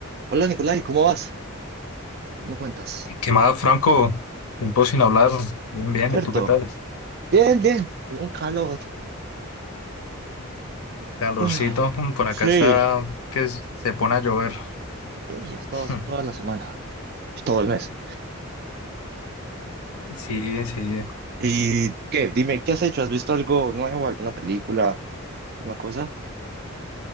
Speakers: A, on the right; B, on the left.
A: Hola Nicolai, ¿cómo vas? ¿No cuentas?
B: ¿Qué más, Franco? Tiempo sin hablar. Bien, bien.
A: ¿Cierto?
B: ¿Y tú qué tal?
A: Bien, bien. Un calor.
B: Calorcito.
A: Uf,
B: mm, Por acá
A: sí.
B: está que s- se pone a llover.
A: Y ya estado
B: <laughs>
A: así toda la semana. Todo el mes.
B: Sí, sí.
A: ¿Y qué? Dime, ¿qué has hecho? ¿Has visto algo nuevo? ¿Alguna película? ¿Una cosa?